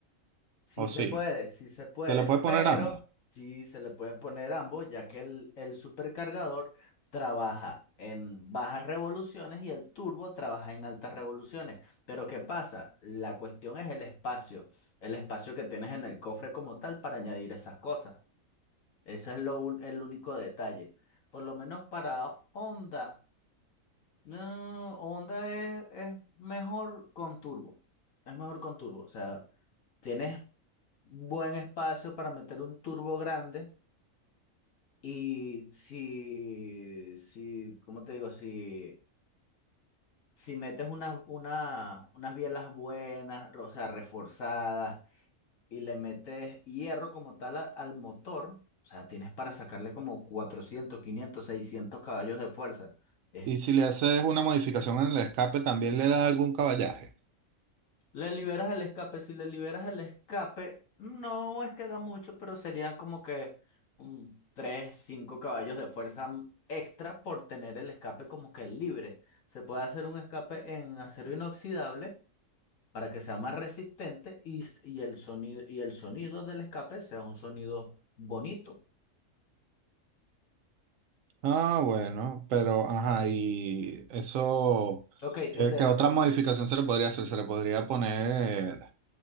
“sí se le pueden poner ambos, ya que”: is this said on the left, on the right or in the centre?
Left